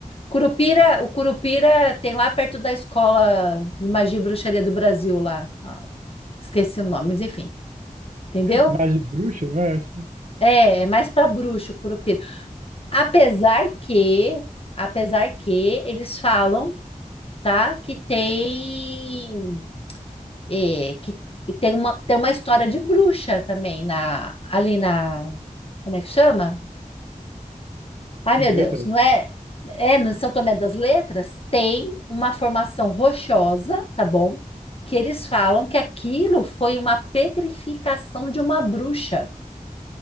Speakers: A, on the left (about 45°); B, on the right (about 65°).
A: Curupira, o Curupira tem lá perto da escola de magia e bruxaria do Brasil lá. Ah, Esqueci o nome, mas enfim, entendeu?
B: Magia de bruxa, não é? Acho.
A: É, é mais para bruxo, Curupira. Apesar que, apesar que eles falam, tá, que tem, é, que tem uma, tem uma história de bruxa também na, ali na, como é que chama? Ai,
B: Em
A: meu
B: letras?
A: Deus, não é, é no São Tomé das Letras tem uma formação rochosa, tá bom? Que eles falam que aquilo foi uma petrificação de uma bruxa.